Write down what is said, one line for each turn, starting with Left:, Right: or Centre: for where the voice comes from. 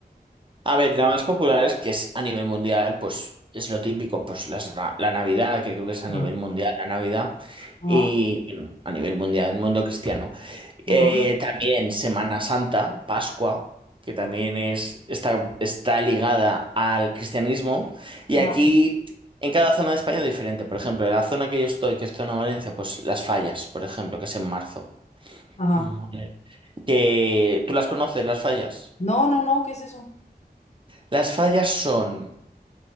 Right: A ver, la más popular es que es a nivel mundial, pues es lo típico, pues las ra- la Navidad, que creo que es
Left: claro
Right: a nivel mundial la Navidad,
Left: Ajá,
Right: y bueno, a nivel mundial, el mundo cristiano. Eh,
Left: ajá,
Right: también Semana Santa, Pascua, que también es, está, está ligada al cristianismo, y
Left: ajá.
Right: aquí en cada zona de España es diferente. Por ejemplo, en la zona que yo estoy, que es zona Valencia, pues las fallas, por ejemplo, que es en marzo.
Left: ajá.
Right: Mm. Que, ¿tú las conoces, las fallas?
Left: No, no, no, ¿qué es eso?
Right: Las fallas son...